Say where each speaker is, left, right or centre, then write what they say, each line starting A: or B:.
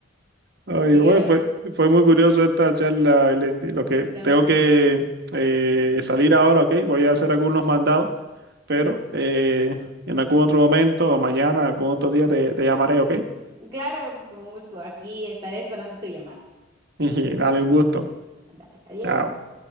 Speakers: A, on the right; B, on the right.
A: Oye,
B: Bueno.
A: bueno, fue, fue muy curioso esta charla, Elendi. Lo que tengo
B: No, sí.
A: que eh, salir ahora, ok, voy a hacer algunos mandados, pero eh, en algún otro momento o mañana, algún otro día te, te llamaré, ok. <laughs>
B: Ujú. Claro, con gusto. Aquí estaré esperando tu llamada.
A: Y Dale un gusto.
B: Ándale, adiós.
A: Chao.